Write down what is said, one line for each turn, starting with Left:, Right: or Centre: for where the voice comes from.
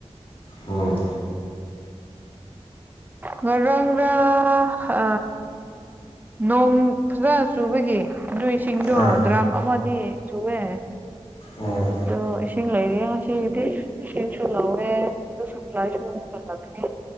Left: ꯑꯣ
Right: ꯃꯔꯪ ꯔ ꯑ ꯅꯣꯡ ꯐꯖꯅ ꯆꯨꯕꯒꯤ ꯑꯗꯨ ꯁꯤꯁꯤꯡꯗꯣ
Left: ꯑꯥ
Right: ꯗ꯭ꯔꯈ ꯃꯥꯗꯤ ꯆꯨꯋꯦ
Left: ꯑꯣ
Right: ꯑꯗꯨꯣ ꯏꯁꯤꯡ ꯂꯩꯔꯤ ꯉꯁꯤꯗꯤ ꯃꯦꯆꯤꯟꯁꯨ ꯂꯧꯋꯦ ꯑꯗꯨ ꯁꯄ꯭ꯂꯥꯏꯁꯨ ꯑꯃ ꯍꯠꯂꯛꯅꯤ